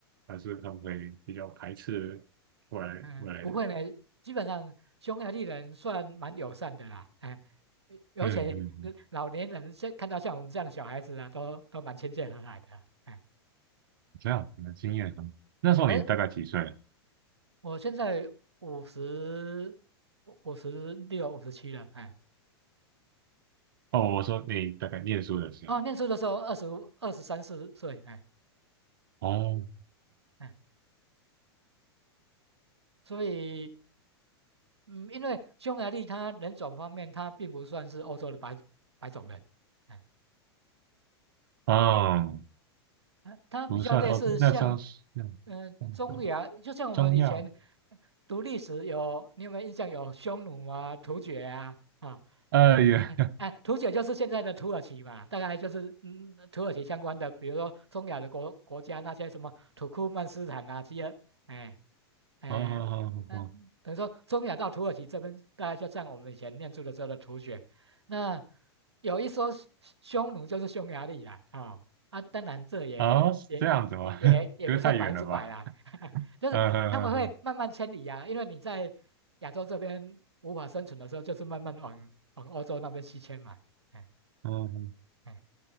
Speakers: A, on the right; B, on the right.
A: 还是他们会比较排斥外来外来的人？
B: 嗯，不会呢，基本上匈牙利人算蛮友善的啦，哎，而且呃老年人现看到像我们这样的小孩子啊，
A: 嗯嗯嗯，
B: 都都蛮亲切和蔼的。哎，
A: 这样很惊艳啊！那时候你大概几岁？
B: 而我现在五十五十六五十七了，哎，
A: 哦，我说你大概念书的时候。
B: 哦，念书的时候二十二十三四岁，哎
A: 哦。
B: 哎，所以。嗯，因为匈牙利它人种方面，它并不算是欧洲的白白种人，哎
A: 嗯，
B: 呃它比较类似像，
A: 不算哦，那张是那
B: 呃，
A: 张的
B: 中亚，就像我们以前
A: 中药，
B: 读历史有，你有没有印象有匈奴啊、突厥啊啊？
A: 哎呀，
B: 哎哎哎，突厥就是现在的土耳其嘛，大概就是嗯土耳其相关的，比如说中亚的国国家那些什么土库曼斯坦啊，这些，哎
A: <laughs>
B: 哎嗯，
A: 哦哦哦
B: 呃等于说中亚到土耳其这边，大概就像我们以前念书的时候的突厥，那有一说匈匈奴就是匈牙利啦，啊、啊，当然这也也也也也也不算百分之百啦，
A: 哦，哦，是这样子吗？<laughs> 隔太远了吧？
B: <laughs> 就是他们会慢慢迁移啊，
A: 嗯嗯嗯
B: 因为你在亚洲这边无法生存的时候，就是慢慢往往欧洲那边西迁嘛，哎
A: 嗯，嗯
B: 哎，